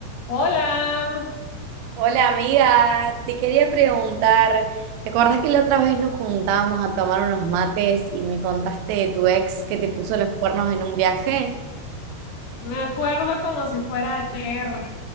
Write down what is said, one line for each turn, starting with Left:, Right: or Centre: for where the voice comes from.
Left: Hola,
Right: Hola amiga, te quería preguntar, ¿te acordás que la otra vez nos juntábamos a tomar unos mates y me contaste de tu ex que te puso los cuernos en un viaje?
Left: me acuerdo como si fuera ayer.